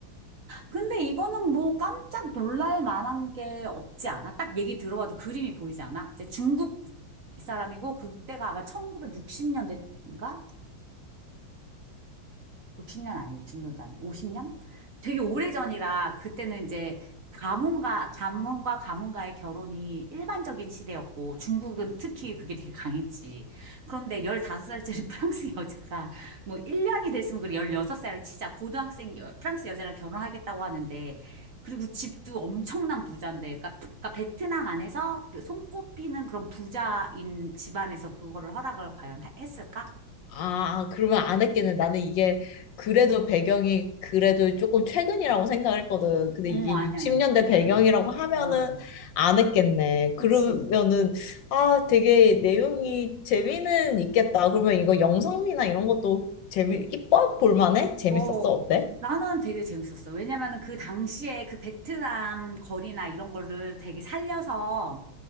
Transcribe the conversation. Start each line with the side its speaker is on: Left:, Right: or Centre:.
Right: 근데 이거는 뭐 깜짝 놀랄 만한 게 없지 않아? 딱 얘기 들어봐도 그림이 보이지 않아? 이제 중국 사람이고, 그때가 아마 1960년대인가? 60년 아니, 6진년도 아니, 50년? 되게 오래전이라 그때는 이제 가문과, 가문과 가문과의 결혼이 일반적인 시대였고 중국은 특히 그게 되게 강했지. 그런데 15살짜리 <laughs> 프랑스 여자가 뭐 1년이 됐으면 그래 16살을 치자 고등학생 여- 프랑스 여자랑 결혼하겠다고 하는데 그리고 집도 엄청난 부자인데 그러니까, 부- 그러니까 베트남 안에서 그 손꼽히는 그런 부자인 집안에서 그거를 허락을 과연 하- 했을까?
Left: 아, 그러면 안 했겠네. 나는 이게 그래도 배경이 그래도 조금 최근이라고 생각했거든. 근데
Right: 어,
Left: 이게
Right: 아니,
Left: 60년대
Right: 아니, 태어난
Left: 배경이라고
Right: 아니지.
Left: 하면은
Right: <laughs>
Left: 안 했겠네. 그러면은
Right: 그치.
Left: 아, 되게 내용이 재미는 있겠다. 그러면 이거 영상미나 이런 것도 재미, 이뻐? 볼만해? 재밌었어?
Right: 어,
Left: 어때?
Right: 나는 되게 재밌었어. 왜냐면은 그 당시에 그 베트남 거리나 이런 거를 되게 살려서